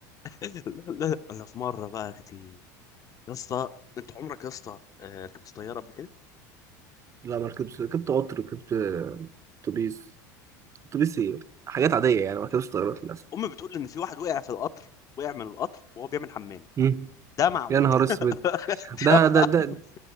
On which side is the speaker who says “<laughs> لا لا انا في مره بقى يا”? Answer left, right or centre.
Left